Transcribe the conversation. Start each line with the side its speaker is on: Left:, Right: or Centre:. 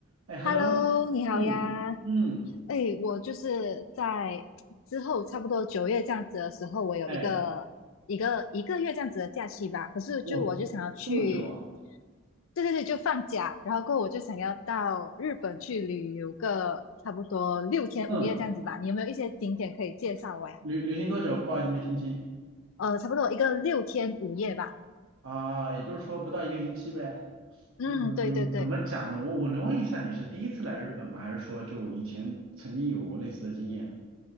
Right: 哎，hello，
Left: Hello，你好呀。
Right: 嗯嗯，
Left: 哎，我就是在之后差不多九月这样子的时候，我有一个一个一个月这样子的假期吧。
Right: 哎，
Left: 可是就我就想要去，
Right: 哇，这么久啊，
Left: 对对对，就放假。然后过后我就想要到日本去旅游个差不多六天五夜这样子吧。
Right: 嗯，
Left: 你有没有一些景点可以介绍我呀？
Right: 旅旅行多久？不好意思，没听清
Left: 呃，差不多一个六天五夜吧。
Right: 啊，也就是说不到一个星期呗。
Left: 嗯，
Right: 嗯，
Left: 对对对。
Right: 怎么讲呢？我我能问一下，你是第一次来日本吗？还是说就以前曾经有过类似的经验？